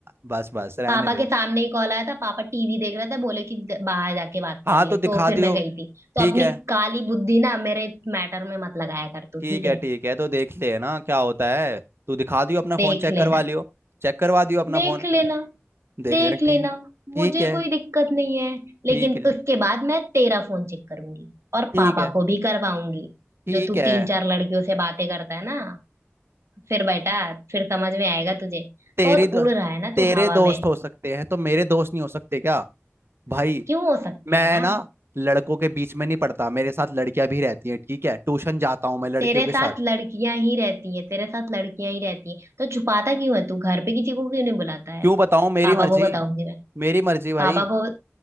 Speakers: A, on the right; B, on the right.
A: बस बस रहने
B: पापा
A: दे
B: के सामने ही कॉल आया था पापा टीवी देख रहे थे बोले कि ज- बाहर जाके बात
A: हाँ
B: कर
A: तो
B: ले
A: दिखा
B: तो फिर
A: दियो
B: मैं गई थी तो
A: ठीक
B: अपनी
A: है
B: काली बुद्धि ना मेरे मैटर में मत लगाया कर तू
A: ठीक
B: ठीक
A: है
B: है
A: ठीक है तो देखते हैं ना क्या होता है तू दिखा दियो अपना फोन
B: देख
A: चेक करवा
B: लेना
A: लियो चेक करवा दियो अपना
B: देख
A: फोन
B: लेना
A: देख
B: देख
A: लें ठीक
B: लेना
A: ठीक
B: मुझे
A: है
B: कोई दिक्कत नहीं है लेकिन
A: ठीक है
B: उसके बाद मैं तेरा फोन चेक करूंगी और
A: ठीक
B: पापा
A: है
B: को भी करवाऊंगी
A: ठीक
B: जो तू
A: है
B: तीन चार लड़कियों से बातें करता है ना फिर बेटा फिर समझ में आएगा तुझे
A: तेरे
B: बहुत
A: दो,
B: उड़ रहा है ना तू
A: तेरे
B: हवा
A: दोस्त
B: में
A: हो सकते हैं तो मेरे दोस्त नहीं हो सकते क्या भाई
B: क्यों हो सकते
A: मैं
B: हैं यार
A: ना लड़कों के बीच में नहीं पढ़ता मेरे साथ लड़कियां भी रहती हैं ठीक है ट्यूशन जाता हूँ मैं लड़कियों
B: तेरे
A: के
B: साथ
A: साथ
B: लड़कियां ही रहती है तेरे साथ लड़कियां ही रहती है तो छुपाता क्यों है तू घर पे किसी को क्यों नहीं बुलाता है
A: क्यों बताऊँ मेरी
B: पापा
A: मर्जी
B: को बताऊंगी मैं
A: मेरी मर्जी भाई
B: पापा को